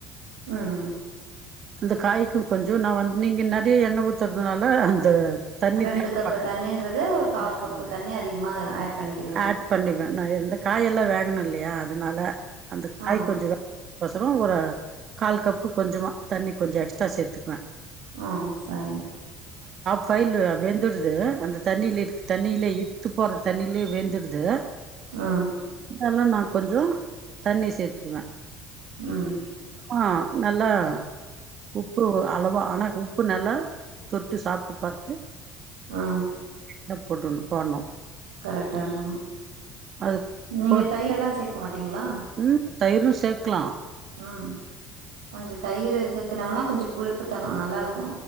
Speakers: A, on the right; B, on the right.
A: ம்
B: அந்த காய் க்கு கொஞ்சோ நா வந்து நீங்க நிறைய எண்ண ஊத்துறதுனால அந்த தண்ணி
A: ரெண்டு
B: தேக்க
A: கப்பு
B: மாட்டே
A: தண்ணின்றது ஒரு கால்
B: அதுனால
A: கப்பு தண்ணி அதிகமா ஆட் பண்ணிக்கிறீங்க
B: ஆட் பண்ணுவ நா இருந்த காய் எல்லா
A: ம்
B: வேகணு இல்லையா அதனால அந்த காய்
A: ஆ
B: கொஞ்சோ ஒர் சரோ ஒரு கால் கப்பு கொஞ்சமா தண்ணி கொஞ்சம் எக்ஸ் த்தா சேர்த்துப்பே
A: ஆ சரி
B: ஃபைல் வெந்துடுது அந்த தண்ணியிலே தண்ணியிலே இத்து போன தண்ணிலயே வெந்துடுது
A: ஆ
B: ல்லலா நானு கொஞ்சோ தண்ணி சேர்த்துக்குவே
A: ம்
B: ஆ நல்லா உப்புரவு அளவா ஆனா உப்பு நல்லா தொட்டு சாப்ட்டு பார்த்து
A: ஆ
B: ட போடனு போட்னு
A: கரெக்டா இருக்கனு
B: அது
A: நீங்க
B: போட்
A: தயிரெல்லா சேக்க மாட்டீங்ளா?
B: ம் தயிரு சேக்லா
A: ம் கொஞ்சொ தயிரூ சேக்குனங்கனா கொஞ்ச புளிப்புத்தனொ நல்லாருக்கு